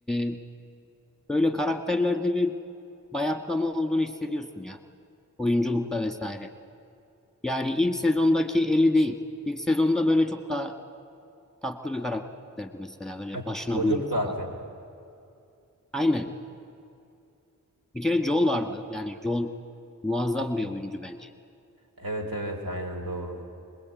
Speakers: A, in the centre; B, on the right.
A: e, böyle karakterlerde bir bayatlama olduğunu hissediyorsun ya oyunculukta vesaire. Yani ilk sezondaki Ellie değil. İlk sezonda böyle çok daha tatlı bir karakterdi mesela böyle
B: Ay,
A: başına
B: Çocuk
A: buyruk falan.
B: zaten.
A: Aynen. Bir kere Joel vardı. Yani Joel muazzam bir oyuncu bence.
B: Evet evet aynen doğru.